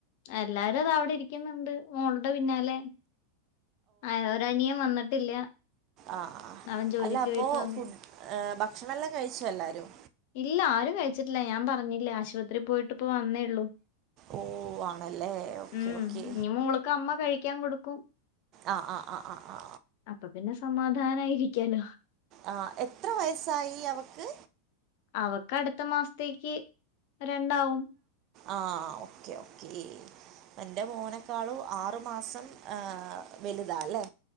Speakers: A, on the left (about 50°); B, on the right (about 35°).
A: എല്ലാരും അതാ അവടെ ഇരിക്ക്ന്ന്ണ്ട് മോള്ടെ പിന്നാലെ അ ഒരനിയൻ വന്നിട്ടില്ല
B: ആ ആ
A: അവൻ ജോലിക്ക്
B: അല്ല അപ്പോ
A: പോയിട്ട് വന്നിട്ട്
B: ഫുഡ് ഭക്ഷണെല്ലാം കഴിച്ചോ എല്ലാരും
A: ഇല്ല ആരും കഴിച്ചിട്ടില്ല ഞാൻ പറഞ്ഞില്ലേ ആശുപത്രി പോയിട്ട് ഇപ്പ വന്നേള്ളൂ
B: ഓ ആണല്ലേ ഓക്കെ
A: ഉം
B: ഓക്കെ
A: ഞ്ഞി മോള്ക്ക് അമ്മ കഴിക്യാൻ കൊടുക്കും
B: ആ ആ ആ ആ ആ
A: അപ്പൊ പിന്നെ സമാധാനായിരിക്കാലോ
B: ആ എത്ര വയസ്സായി അവക്ക്
A: അവക്ക് അടുത്ത മാസത്തേക്ക് രണ്ടാവും
B: ആ ഓക്കെ ഓക്കെ എന്റെ മോനേക്കാളും ആറു മാസം വെലുതാല്ലേ